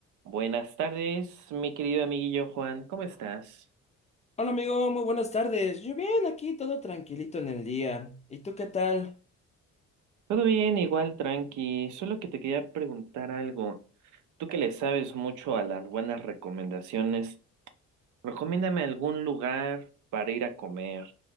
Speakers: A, on the right; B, on the left.
A: Buenas tardes, mi querido amiguillo Juan, ¿cómo estás?
B: Hola amigo, muy buenas tardes. Yo bien, aquí todo tranquilito en el día. ¿Y tú qué tal?
A: Todo bien, igual tranqui, solo que te quería preguntar algo. Tú que le sabes mucho a las buenas recomendaciones, recomiéndame algún lugar para ir a comer